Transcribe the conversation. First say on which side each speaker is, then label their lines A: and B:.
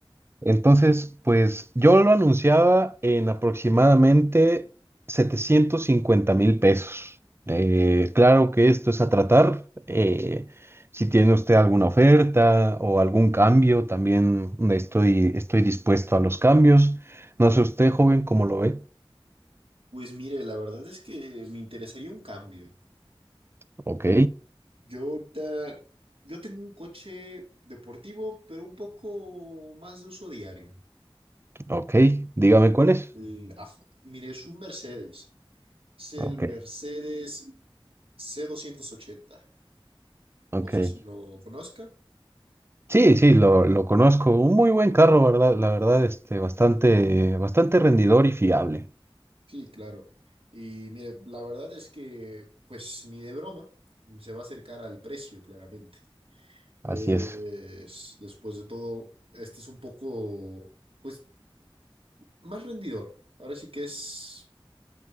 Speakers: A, on the right (about 25°); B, on the right (about 75°).
A: Entonces, pues yo lo anunciaba en aproximadamente setecientos cincuenta mil pesos. Eh, claro que esto es a tratar. eh, si tiene usted alguna oferta o algún cambio, también estoy, estoy dispuesto a los cambios. No sé usted,
B: ¿eh?
A: joven, cómo lo ve.
B: Pues mire, la verdad es que me interesaría un cambio.
A: Ok,
B: Yo ahorita, yo tengo un coche deportivo, pero un poco más de uso diario.
A: ok. Dígame cuál es.
B: El- ah, mire, es un Mercedes. Es el
A: Ok,
B: Mercedes c doscientos ochenta
A: ok.
B: No sé si lo conozca.
A: Sí, sí, lo, lo conozco. Un muy buen carro, ¿verdad? La verdad, este, bastante, bastante rendidor y fiable.
B: Sí, claro. Y mire, la verdad es que, pues ni de broma, se va a acercar al precio, claramente.
A: Así
B: Eh,
A: es.
B: es- después de todo, este es un poco... pues más rendidor. Ahora sí que es